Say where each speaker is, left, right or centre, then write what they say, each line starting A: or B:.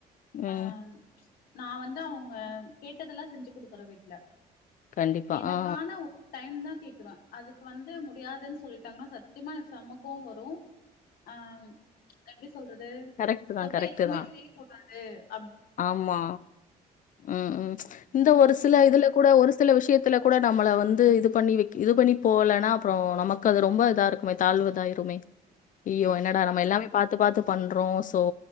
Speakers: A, on the left; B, on the left.
A: ம்.
B: ஆஹ் ம்ச் நா வந்து அவுங்க கேட்டதெல்லா செஞ்சு கொடுக்றே வீட்ல
A: கண்டிப்பா.
B: எனக்கான
A: ஆ.
B: ஒ டைம் தான் கேக்குறோ அதுக்கு வந்து முடியாதுன் சொல்லிட்டாங்கன்னா சத்தியமா எனக் செம கோவ வரு ஆஹ் ம்ச் எப்டி சொல்றது அதுக்கப்றோ
A: கரெக்ட்டு தான், கரெக்ட்டு
B: எதுமே
A: தான்.
B: செய்ய கூடாது அஹ்
A: ஆமா உம் உம் இந்த ஒரு சில இதுல கூட ஒரு சில விஷயத்துல கூட நம்மள வந்து இது பண்ணி வெக் இது பண்ணி போலனா அப்புறோ நமக்கு அது ரொம்ப இதா இருக்குமே தாழ்வுதாயிறுமே அய்யோ என்னடா நம்ம எல்லாமே பாத்து பாத் பண்றோ சோ